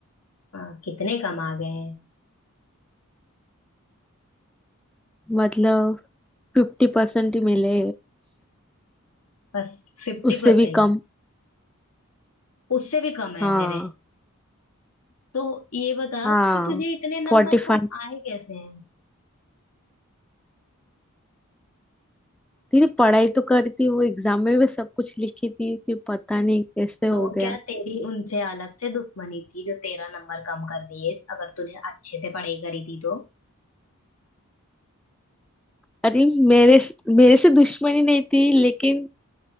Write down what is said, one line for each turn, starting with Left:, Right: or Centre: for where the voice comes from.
Left: हाँ, कितने कम आ गए हैं
Centre: मतलब फिफ्टी परसेंट ही मिले
Left: बस फिफ्टी
Centre: उससे
Left: परसेंट
Centre: भी कम
Left: उससे भी कम है
Centre: हाँ
Left: तेरे तो ये बता
Centre: हाँ
Left: कि तुझे इतने
Centre: फोर्टी
Left: नंबर
Centre: फाइव
Left: कम आए कैसे हैं
Centre: दीदी पढ़ाई तो करी थी वो एग्जाम में भी सब कुछ लिखी थी फिर पता नहीं कैसे हो
Left: तो क्या
Centre: गया
Left: तेरी उनसे अलग से दुश्मनी थी जो तेरा नंबर कम कर दिए अगर तूने अच्छे से पढ़ाई करी थी तो
Centre: अरे मेरे मेरे से दुश्मनी नहीं थी लेकिन